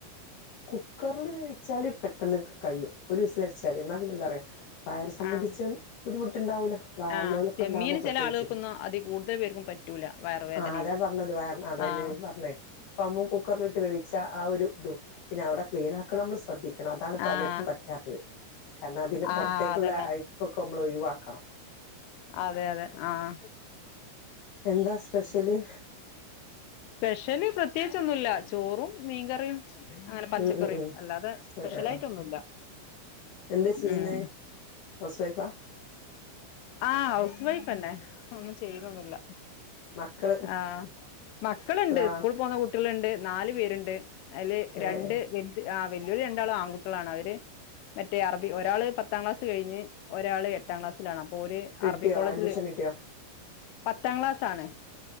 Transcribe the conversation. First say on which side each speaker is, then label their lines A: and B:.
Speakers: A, on the left; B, on the left.
A: കുക്കറില് വേവിച്ചാല് പെട്ടെന്ന് കയ്യും. ഒരു വിസിലട്ചാതി ന്നാ പിന്നെ എന്താറ്യോ വയർ സംബന്ധിച്ച്
B: ആഹ്
A: ബുദ്ധിമുട്ട്ണ്ടാവൂ. പ്രായള്ളോലൊക്ക
B: ആഹ് ചെമ്മീന്
A: ഇണ്ടാവുമ്പൊ പ്രത്യേകിച്ച്
B: ചില ആളുകൾക്കൊന്നും അതി കൂടുതൽ പേർക്കും പറ്റൂല വയറുവേദനയും
A: ആഹ് അതാ പർഞ്ഞത് വ അതെന്നെ
B: ആഹ്
A: പർഞ്ഞേ പ്പ ഒന്ന് കുക്കറിലിട്ട് വേവിച്ച ആ ഒര് തും പിന്നെ അവടെ ക്ലീനാക്കണം നമ്മള് ശ്രദ്ധിക്കണം അതാണ് പലർക്കും
B: ആഹ്
A: പറ്റാത്തത് കാരണം അതിന്റെ പൊർത്തേക്കുള്ള
B: ആഹ് അതന്നെ
A: അഴ്ക്കൊക്കെ അമ്മള് ഒഴിവാക്കണം.
B: അതെ യതെ ആഹ്
A: എന്താ സ്പെഷ്യല്?
B: സ്പെഷ്യല് പ്രത്യേകിചൊന്നുല്ല ചോറും മീൻകറിം. അങ്ങനെ പച്ചക്കറിം
A: ഉം ഉം ഉം
B: അല്ലാതെ സ്പെഷ്യലായിട്ടൊന്നുല്ല.
A: ആഹ് ആഹ് എന്താ
B: ഉം
A: ചെയ്യുന്നേ ഹൗസ് വൈഫാ
B: ആഹ് ഹൗസ് വൈഫെന്നെ. ഒന്നും ചെയ്യുന്നൊന്നുല്ല
A: മക്കള്
B: ആഹ് മക്കള്ണ്ട്
A: എത്രയാളാ
B: സ്കൂള് പോക്ന്ന കുട്ട്യള്ണ്ട് നാല് പേര്ണ്ട് അയ്ല്
A: ഏഹ്
B: രണ്ട് വെ ആഹ് വെല്യോല് രണ്ടാള് ആൺകുട്ട്യളാണ് അവര് മറ്റേ അറബി ഒരാള് പത്താം ക്ലാസ് കഴിഞ്ഞ് ഒരാള് എട്ടാം ക്ലാസ്സിലാണ് അപ്പോ ഓര്
A: കിട്ടിയോ
B: അറബി കോളേജില്
A: അഡ്മിഷൻ കിട്ടിയോ
B: പത്താം ക്ലാസാണ്.